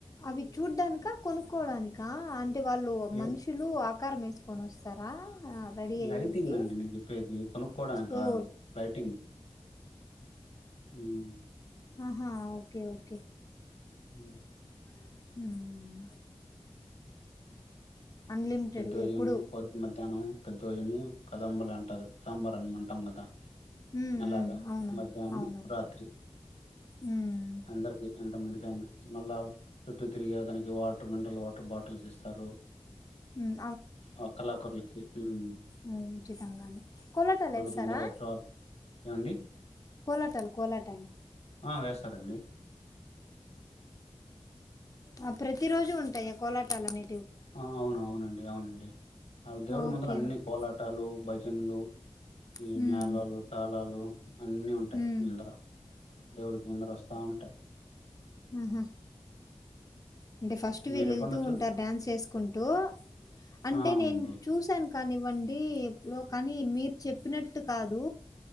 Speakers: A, on the left (about 35°); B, on the left (about 90°).
A: అవి చూడ్డానిక కొనుక్కోవడానికా అంటే వాళ్ళు
B: ఏ
A: మనుషులు అవతారం వేసుకొని వస్తారా రెడీ అయ్యేసి
B: లైటింగ్ అండి నేను చెప్పేది కొనుక్కోవడానికి
A: ఓ
B: కాదు లైటింగ్ హ్మ్
A: హా ఓకే ఓకే
B: హమ్
A: హమ్ అన్లిమిటెడ్
B: దర్ధోజనం
A: ఎప్పుడు
B: పొద్ మధ్యానం దర్ధోజనం కదంబులే అంటారు సాంబార్ అన్నం మంటాం కదా
A: ఉమ్,
B: అలాగా
A: ఉమ్, అవును
B: మధ్యాహ్నం
A: అవును
B: రాత్రి
A: ఉమ్,
B: అందరికి ఎంతమందికైన మళ్ళా చుట్టూ తిరిగే దానికి వాటర్ మినరల్ వాటర్ బాటిల్స్ ఇస్తారు
A: ఉమ్,
B: ఆ కళాకరలకి హమ్
A: ఉ ఉచితంగానే కొల్లాటాలు వేస్తారా
B: ముందర ఉత్సవాలు ఏవండి
A: కోలాటాలు కోలాటాలు
B: ఆ వేస్తారండి
A: ఆ ప్రతి రోజు ఉంటాయా కోలాటాలనే
B: ఆ అవును అవునండి అవునండి ఆ దేవుడు
A: ఓకే.
B: మందర అన్ని
A: ఓకే.
B: కోలాటాలు భజనలు ఈ
A: హ్మ్.
B: మేళలు తాళాలు అన్నీ ఉంటాయి
A: హ్మ్.
B: ముందర దేవుడికి ముందర వస్తా ఉంటాయి
A: హుమ్మ్ అంటే ఫస్ట్ వీళ్ళు
B: మీరు ఎప్పుడన్నా
A: వెళ్తూ
B: చూ
A: ఉంటారు డాన్స్ వేసుకుంటూ అంటే
B: ఆ అవునండి
A: నేను చూసాను కానివ్వండి ఎప్పుడో కానీ మీరు చెప్పినట్టు కాదు